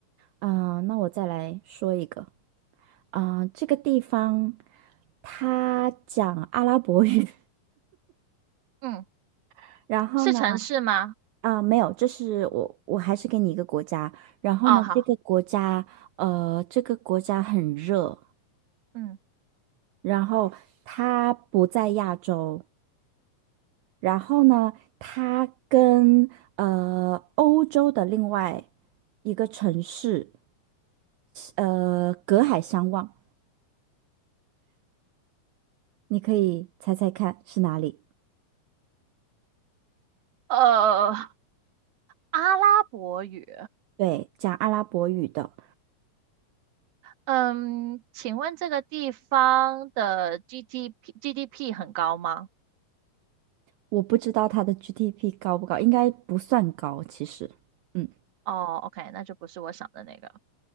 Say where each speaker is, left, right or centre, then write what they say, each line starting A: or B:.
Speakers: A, on the right; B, on the right.
A: 啊、那我再来说一个，啊、这个地方它讲阿拉伯语，
B: 嗯，
A: <laughs> 然后呢，
B: 是城市吗？
A: 啊、没有，这是我，我还是给你一个国家，然后呢，
B: 哦，好，
A: 这个国家，呃，这个国家很热，
B: 嗯，
A: 然后他不在亚洲，然后呢，他跟呃欧洲的另外一个城市，呃隔海相望，你可以猜猜看是哪里？
B: 呃。阿拉伯语，
A: 对，讲阿拉伯语的，
B: 嗯，请问这个地方的 GDP GDP 很高吗？
A: 我不知道它的 GDP 高不高，应该不算高，其实。嗯。
B: 哦，OK，那就不是我想的那个。